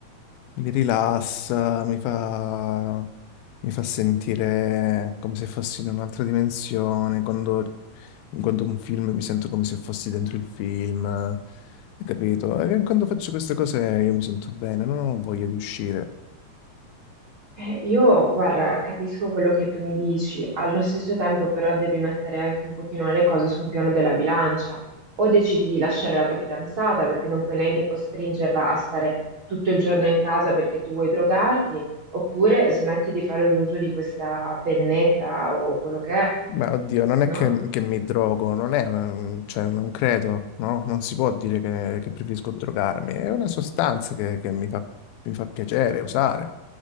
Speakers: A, on the left; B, on the right.
A: Mi rilassa, mi fa, mi fa sentire come se fossi in un'altra dimensione. Quando guardo un film mi sento come se fossi dentro il film. Hai capito? E quando faccio queste cose io mi sento bene, non ho voglia di uscire.
B: Eh, io, guarda, capisco quello che tu mi dici, allo stesso tempo però devi mettere anche un pochino le cose sul piano della bilancia, o decidi di lasciare la tua fidanzata perché non puoi neanche costringerla a stare tutto il giorno in casa perché tu vuoi drogarti, oppure smetti di fare uso di questa pennetta o quello che è,
A: Ma oddio, non è
B: no?
A: che, che mi drogo, non è una, cioè, non credo, no? Non si può dire che, che preferisco drogarmi. È una sostanza che, che mi fa, mi fa piacere usare.